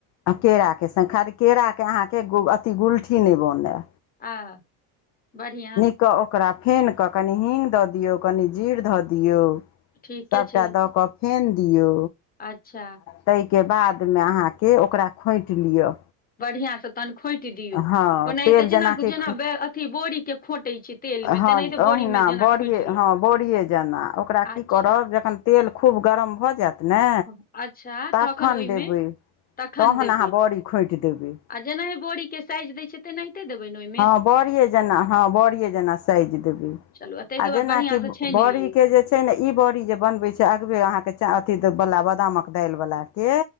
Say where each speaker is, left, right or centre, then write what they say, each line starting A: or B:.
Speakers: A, on the left (about 40°); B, on the left (about 20°).
A: आ केरा के सं-खारे केरा के अहाँके गु-अथी गुलठी नैय बनऽए।
B: आ, बरहियां।
A: त ओकरा फेन कऽ कनि हींग दऽ दियौ, कनि जीर धऽ दियौ।
B: ठीके
A: सबटा
B: छै
A: दऽ कऽ फेन दियौ।
B: अच्छा।
A: तै के बाद में अहाँके ओकरा खोंइट लिअ।
B: बढ़ियां स तहन खोंइट दियौ,
A: हँ
B: ओनाहिते
A: तेल जेनाकि
B: जेना रु-जेना बे-अथी बोडी़ के खोंटै छी। तेल मे
A: हँ
B: तेनाहिते
A: ओहिना
B: बोरी मे जेना
A: बॉड़ीये
B: खोंटि लिअ
A: हँ बॉडी़ए जेना, ओकरा की
B: अच्छा
A: करब जखन तेल खूब गरम भऽ जैत ने
B: भऽ- अच्छा
A: तखन
B: ओहिमे
A: देबै,
B: तखन
A: तहन
B: देबै
A: अहाँ बॉड़ी खोंइट देबै।
B: आ जेनाहि बॉड़ी के साइज दैय छियै तेनाहिते देबै ना ओय
A: हँ बॉड़िये जेना, हँ बॉड़िये जेना साइज देबै।
B: चलू ताहिके
A: आ जेना
B: बाद बढ़िआँसँ
A: कि ब-बॉड़ी
B: छानि लियौ
A: के जे छ छै ने? ई बॉड़ी जे बनबै छियै अगबे अहाँके चा-अथी दै-बला, बादामक दाइल बला के